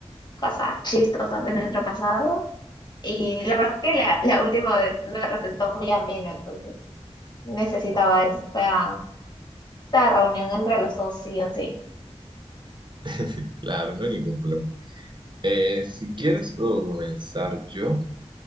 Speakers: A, on the left; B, on the right.
A: cosas chistosas de nuestro pasado. Y la verdad es que la, la última vez me resultó muy ameno, entonces necesitaba esta, esta reunión entre los dos, sí o sí.
B: <laughs> Claro, no hay ningún problema. Eh, si quieres, puedo comenzar yo.